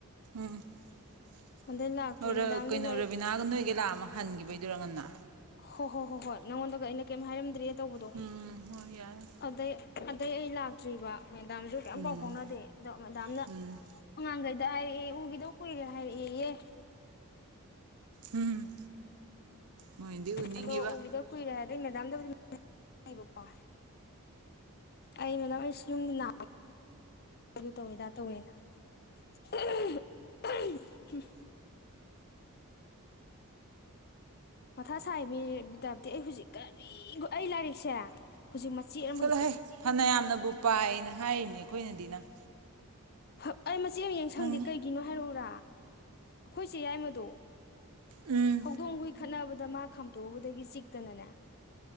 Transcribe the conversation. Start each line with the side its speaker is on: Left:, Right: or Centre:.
Right: <inaudible> <unintelligible>
Left: ꯑꯗꯩ ꯂꯥꯛꯇ꯭ꯔꯦ ꯃꯦꯗꯥꯝꯗꯁꯨ
Right: ꯀꯩꯅꯣ
Left: ꯑꯩ
Right: ꯔꯕꯤꯅꯒ ꯅꯣꯏꯒꯩ ꯂꯥꯛ ꯑꯃꯝꯃꯒꯥ ꯍꯟꯒꯤꯕꯩꯗꯨꯔꯣ ꯉꯟꯅꯥ
Left: ꯍꯣ ꯍꯣ ꯍꯣ ꯍꯣꯏ ꯅꯪꯡꯑꯣꯟꯗꯒꯥ ꯑꯩꯅꯥ ꯀꯩꯝ ꯍꯥꯏꯔꯝꯗꯔ꯭ꯦ ꯇꯧꯕꯗꯣ
Right: ꯎꯝ ꯍꯣꯏ ꯌꯥꯔꯦ
Left: ꯑꯥꯗꯩ ꯑꯗꯩꯩ ꯑꯩ ꯂꯥꯛꯇꯔꯤꯑꯦꯕꯥ ꯃꯦꯗꯝꯖꯨ ꯀꯦꯏꯝꯄꯥꯎ
Right: ꯎꯝ
Left: ꯐꯥꯑꯣꯅꯗꯦ ꯑꯗꯣ ꯃꯦꯗꯝꯅ
Right: ꯎꯝ
Left: ꯑꯉꯥꯡꯒꯩ ꯇꯥ ꯍꯥꯏꯔꯛꯑꯦ ꯎꯒꯤꯗ ꯀꯨꯏꯔꯦ ꯍꯥꯏꯔꯛꯑꯦꯌꯦ
Right: ꯎꯝ ꯃꯣꯏꯗꯤ ꯎꯅꯤꯡꯉꯤꯕ
Left: ꯑꯗꯣ ꯎꯒꯤꯗꯥ ꯀꯨꯏꯔꯦ ꯍꯥꯏꯔꯛ <unintelligible> ꯃꯦꯗꯝꯗꯕꯨꯗꯤ <inaudible> ꯑꯩ ꯃꯦꯗꯝ ꯑꯩꯁ ꯌꯨꯝꯗ ꯅꯥ <unintelligible> ꯑꯗꯨ ꯇꯧꯌꯦ ꯑꯦꯗꯥ ꯇꯧꯑꯦꯅ ꯑꯥꯍꯥꯝ <inaudible> ꯃꯊꯥ ꯁꯥꯏꯌꯦꯃꯤ ꯕꯤꯗꯌꯥꯄꯇꯤ ꯑꯩ ꯍꯧꯖꯤꯛ ꯀꯔꯤ ꯑꯩ ꯂꯥꯏꯔꯤꯛꯁꯦ ꯍꯧꯖꯤꯛ ꯃꯆꯦꯠ ꯑꯃ
Right: ꯆꯠꯂꯣꯍꯦ ꯐꯅꯥꯌꯥꯝꯅꯕꯨ ꯄꯥꯏꯌꯦ ꯅꯪ ꯍꯥꯏꯔꯤꯅꯦ ꯑꯩꯈꯣꯏꯅꯗꯤ ꯅꯪ
Left: <unintelligible> ꯑꯩ ꯃꯆꯦꯠ ꯑꯃꯥ ꯌꯦꯡꯁꯡꯗꯦ
Right: ꯅꯪ
Left: ꯀꯩꯒꯤꯅꯣ ꯍꯥꯏꯔꯛꯎꯔꯥ ꯑꯩꯈꯣꯏ ꯆꯦ ꯌꯥꯏꯃꯗꯣ
Right: ꯎꯝ
Left: ꯍꯧꯗꯣꯡ ꯍꯨꯏ ꯈꯠꯅꯕꯗ ꯃꯥ ꯈꯥꯝꯇꯣꯛꯎꯕꯗꯒꯤ ꯆꯤꯛꯇꯅꯅꯦ